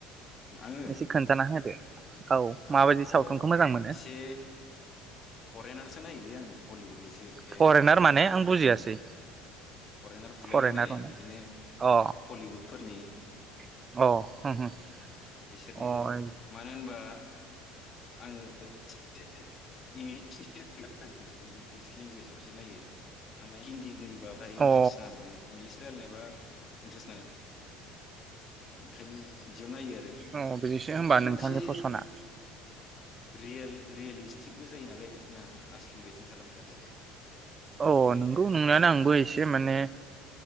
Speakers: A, on the left; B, on the right.
A: आङो
B: एसे खोन्थाना होदो। औ माबायदि
A: आंथ'
B: सावथुनखौ मोजां मोनो
A: एसे फरेनारसो नायोलै आङो। बलिउड निसो एखे
B: फरेनार
A: बुलायलायनाय
B: माने आं बुजियासै
A: फरेनार बुलायलायनाय
B: फरेनार माने
A: इदिनो
B: अ
A: हलिउदफोरनि
B: अ होम
A: उम
B: होम
A: बिसोरनिखौ
B: अ
A: मानो होनबा आंङो ओ खि दे दे। इंगलिस सिस्टेमाव इंग्लिस लेंगुवेज आवसो नायो आमाय हिन्दी निबो बाहाय इन्ट्रेस्ट
B: अ
A: नाङा माने। इंग्लिस रायलायनायबा इन्ट्रेस् नाङो। ओखायनो ज नायो आरो
B: अ बिदिसो होमबा
A: आरो
B: नोंथांनि
A: मोनसे
B: फसना
A: रियेल रियेलिस्टिकबो जायो नालाय बि ना आसलि बायदि खालामथारो
B: अ नोंगौ नंनायानो आं बैसे माने